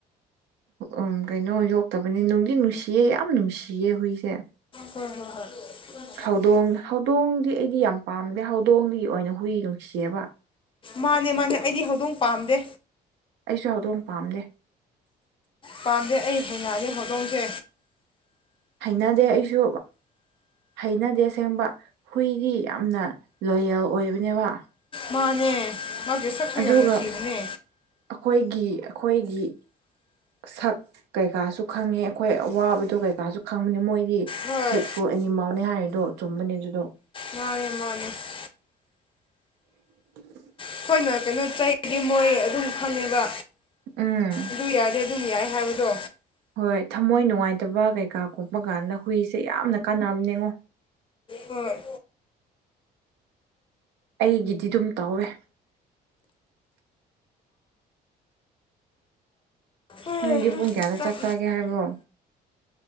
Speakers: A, on the right; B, on the left.
A: ꯎ ꯀꯩꯅꯣ ꯌꯣꯛꯇꯕꯅꯤ ꯅꯨꯡꯗꯤ ꯅꯨꯡꯁꯤꯌꯦ ꯌꯥꯝ ꯅꯨꯡꯁꯤꯌꯦ ꯍꯨꯏꯁꯦ꯫
B: ꯍꯣꯏ ꯍꯣꯏ ꯍꯣꯏ <unintelligible>
A: ꯍꯧꯗꯣꯡ ꯍꯧꯗꯣꯡꯗꯤ ꯑꯩꯗꯤ ꯌꯥꯝ ꯄꯥꯝꯗꯦ ꯍꯧꯗꯣꯡ ꯑꯣꯏꯅ ꯍꯨꯏ ꯅꯨꯡꯁꯤꯑꯕ꯫
B: ꯃꯥꯅꯦ ꯃꯥꯅꯦ ꯑꯩꯗꯤ ꯍꯧꯗꯣꯡ ꯄꯥꯝꯗꯦ꯫
A: ꯑꯩꯁꯨ ꯍꯧꯗꯣꯡ ꯄꯥꯝꯗꯦ꯫
B: ꯄꯥꯝꯗꯦ ꯑꯩ ꯍꯩꯅꯗꯦ ꯍꯧꯗꯣꯡꯁꯦ꯫
A: ꯍꯩꯅꯗꯦ ꯑꯩꯁꯨ ꯍꯩꯅꯗꯦꯁꯦꯡꯕ ꯍꯨꯏꯗꯤ ꯌꯥꯝꯅ ꯂꯣꯌꯦꯜ ꯑꯣꯏꯕꯅꯦꯕ꯫
B: ꯃꯥꯅꯦ ꯃꯥꯁꯦ ꯁꯛꯁꯨ
A: ꯑꯗꯨꯒ
B: ꯌꯥꯝ ꯅꯨꯡꯁꯤꯕꯅꯦ꯫
A: ꯑꯩꯈꯣꯏꯒꯤ ꯑꯩꯈꯣꯏꯒꯤ ꯁꯛ ꯀꯩꯀꯥꯁꯨ ꯈꯪꯉꯦ ꯑꯩꯈꯣꯏ ꯑꯋꯥꯕꯗꯣ ꯀꯩꯀꯥꯁꯨ ꯈꯪꯕꯅꯤ ꯃꯣꯏꯗꯤ
B: ꯍꯣꯏ
A: ꯐꯦꯠ ꯐꯨ ꯑꯦꯅꯤꯃꯜꯅꯦ ꯍꯥꯏꯔꯤꯗꯣ ꯆꯨꯝꯕꯅꯦ ꯑꯗꯨꯗꯣ
B: ꯃꯥꯅꯦ ꯃꯥꯅꯦ <unintelligible>
A: <unintelligible>
B: ꯑꯩꯈꯣꯏꯅ ꯀꯩꯅꯣ ꯆꯩꯗꯤ ꯃꯣꯏ ꯑꯗꯨꯝ ꯈꯪꯉꯦꯕ
A: ꯎꯝ
B: ꯑꯗꯨ ꯌꯥꯗꯦ ꯑꯗꯨꯝ ꯌꯥꯏ ꯍꯥꯏꯕꯗꯣ
A: ꯍꯣꯏ ꯊꯝꯃꯣꯏ ꯅꯨꯡꯉꯥꯏꯇꯕ ꯀꯩꯀꯥ ꯀꯣꯛꯄ ꯀꯥꯟꯗ ꯍꯨꯏꯁꯦ ꯌꯥꯝꯅ ꯀꯥꯟꯅꯕ ꯌꯦꯡꯉꯣ
B: ꯍꯣꯏ
A: ꯑꯩꯒꯤꯗꯤ ꯑꯗꯨꯝ ꯇꯧꯋꯦ꯫
B: ꯍꯣꯏ
A: ꯅꯣꯏꯗꯤ ꯄꯨꯡ ꯀꯌꯥꯗ
B: ꯆꯥꯛ
A: ꯆꯛꯆꯥꯒꯦ ꯍꯥꯏꯕ꯭ꯔꯣ꯫